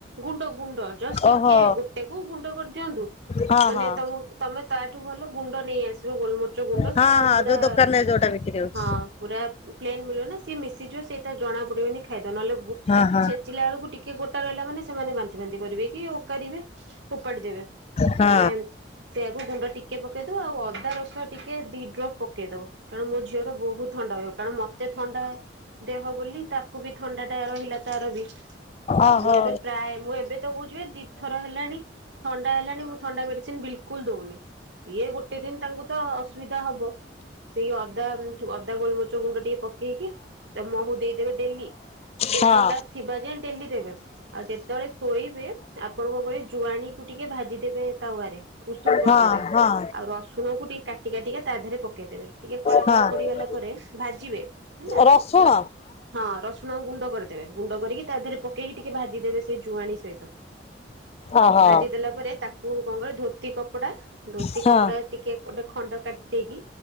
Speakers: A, on the right (about 65°); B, on the left (about 35°).
A: ଗୁଣ୍ଡ ଗୁଣ୍ଡ ଜଷ୍ଟ ଟିକେ
B: ଓହୋ
A: ଗୋଟେକୁ ଗୁଣ୍ଡ କରିଦିଅନ୍ତୁ
B: ହଁ
A: ମାନେ
B: ହଁ
A: ତମ ତମେ ତାଠୁ ଭଲ ଗୁଣ୍ଡ ନେଇ ଆସିବ ଗୋଲମରିଚ ଗୁଣ୍ଡ
B: ହଁ
A: ସିଏ କଣ
B: ହଁ
A: ପୁରା
B: ଯୋଉ ଦୋକାନରେ ଯୋଉଟା ବିକ୍ରି ହଉଛି।
A: ହଁ ପୁରା ପ୍ଲେନ୍ ମିଳିବ ନା ସିଏ ମିଶିଯିବ ସେଇଟା ଜଣା ପଡିବନି ଖାଇଦବ ଗୁ ନହେଲେ
B: ହଁ ହଁ
A: ଛେଚିଲା ବେଳକୁ ଟିକେ ଗୋଟା ରହିଲା ମାନେ ସେମାନେ ବାନ୍ତି ଫାନ୍ତି କରିବେ କି ଓକାରିବେ। ଫୋପାଡି ଦେବେ
B: ହଁ
A: ତମେ ସେଆକୁ ଗୁଣ୍ଡ ଟିକେ ପକେଇଦବ ଆଉ ଅଦା ରସ ତ ଟିକେ ଦି ଡ୍ରପ ପକେଇଦବ କାରଣ ମୋ ଝିଅର ବହୁତ ଥଣ୍ଡା ରହିବ କାରଣ ମତେ ଥଣ୍ଡା ବୋଲି ତାକୁ ବି ଥଣ୍ଡା ଟା ରହିଲା ତାର ବି
B: ଓହୋ
A: ମୁଁ ଏବେ ପ୍ରାୟ ମୁଁ ଏବେ ତ କହୁଛି ଦିଇଥର ହେଲାଣି ଥଣ୍ଡା ହେଲାଣି ମୁଁ ଥଣ୍ଡା ମେଡିସିନ ବିଲକୁଲ ଦଉନି। ସିଏ ଗୋଟେ ଦିନ ତାଙ୍କୁ ତ ଅସୁବିଧା ହବ ସେଇ ଅଦା ଅଦା ଗୋଲମଚ ଗୁଣ୍ଡ ଟିକେ ପକେଇକି ତ ମହୁ ଦେଇଦେବେ ଡେଲି।
B: ହଁ
A: ଥଣ୍ଡା ଥିବା ଯାଏ ଡେଲି ଦେବେ ଆଉ ଯେତେବେଳେ ଶୋଇବେ ଆପଣ କଣ କରିବେ ଜୁଆଣି କୁ ଟିକେ ଭାଜିଦେବେ ତାୱରେ। ଉଷୁମ କରିଦେବେ
B: ହଁ ହଁ
A: ଆଉ ରସୁଣକୁ ଟିକେ କାଟି କାଟିକା ତା ଦେହରେ ପକେଇଦେବେ ଟିକେ କଳା
B: ହଁ
A: କଳା ପଡିଗଲା ପରେ ଭାଜିବେ ହେଲା।
B: ରସୁଣ
A: ହଁ ରସୁଣ ଗୁଣ୍ଡ କରିଦେବେ ଗୁଣ୍ଡ କରିକି ତା ଦେହରେ ପକେଇକି ଟିକେ ଭାଜିଦେବେ ସେ ଜୁଆଣି ସହିତ।
B: ଓହୋ
A: ଭାଜିଦେଲା ପରେ ତାକୁ କଣ କରିବେ ଧୋତି କପଡା ଧୋତି
B: ହଁ
A: କପଡା ଟିକେ ଗୋଟେ ଖଣ୍ଡ କାଟି ଦେଇେଇକି